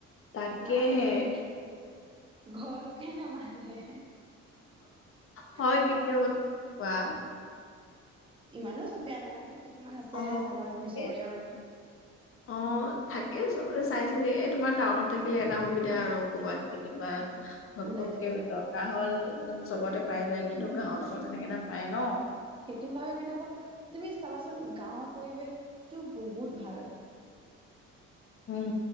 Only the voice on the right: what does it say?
নামাতে একে ঘৰলৈকে নামাতে
অ
ইমানো চব বেয়া নহয়, কিন্তু কি কিছুমান আছে,
চাবা তুমি চহৰীয়া
মানুহ
ওলাই যাবলৈ
সেইটো হয়, কিন্তু আকৌ তুমি চাবাচোন গাঁৱৰ পৰিৱেশতটো বহুত ভাল।